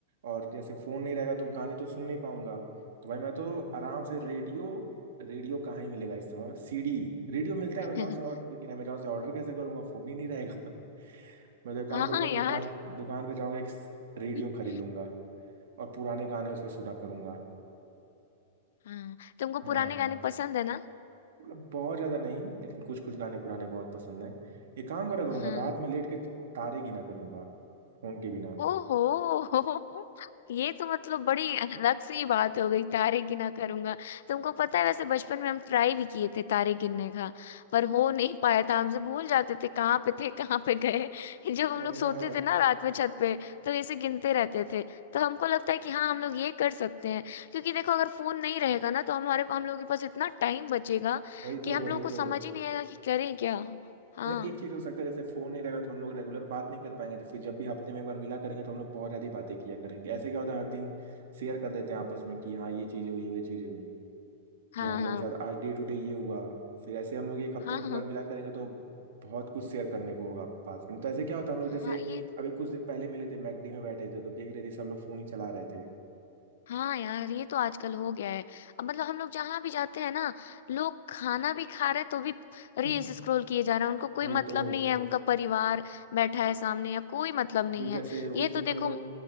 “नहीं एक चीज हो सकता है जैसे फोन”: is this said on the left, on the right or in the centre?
Right